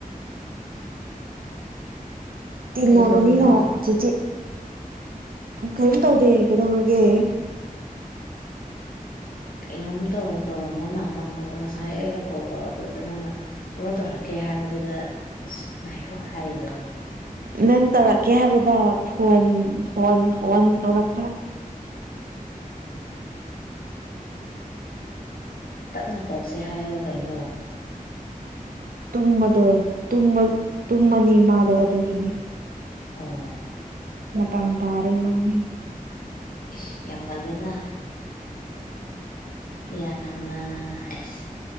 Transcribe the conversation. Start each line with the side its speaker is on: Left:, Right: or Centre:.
Right: ꯇꯤꯟꯅꯕꯅꯤꯅ
Left: ꯀꯩꯗꯧꯔꯤꯅꯣ
Right: ꯆꯤꯆꯤ ꯀꯔꯤꯝ ꯇꯧꯗꯦ ꯀꯩꯗꯧꯔꯒꯦ
Left: ꯀꯩꯅꯣꯝꯇꯧ ꯇꯧꯔꯝꯕ ꯃꯥꯟꯕ ꯉꯁꯥꯏ ꯑꯩꯅ ꯀꯣꯜ ꯇꯧꯔꯛꯄꯗꯨꯗ ꯅꯪꯅ ꯑꯃ ꯇꯧꯔꯛꯀꯦ ꯍꯥꯏꯕꯗꯨꯗ ꯑꯁ ꯉꯥꯏꯈꯣ ꯍꯥꯏꯔꯤꯗꯣ
Right: ꯅꯪ ꯇꯧꯔꯛꯀꯦ ꯍꯥꯏꯕꯗ ꯐꯣꯟ ꯐꯣꯟ ꯐꯣꯟ ꯇꯧꯔꯛꯄ
Left: ꯇꯞꯅ ꯇꯧꯁꯦ ꯍꯥꯏꯌꯣ ꯀꯩꯅꯣ
Right: ꯇꯨꯝꯃꯗꯣꯟ ꯇꯨꯝꯃ ꯇꯨꯝꯃꯅꯤ ꯃꯥꯗꯣ ꯑꯗꯨꯒꯤꯅꯤ
Left: ꯑꯣ
Right: ꯃꯇꯝ ꯇꯥꯔꯦ ꯃꯥꯒꯤ
Left: ꯏꯁ ꯌꯥꯝ ꯉꯜꯂꯤꯅ ꯌꯥꯝꯅ ꯑꯁ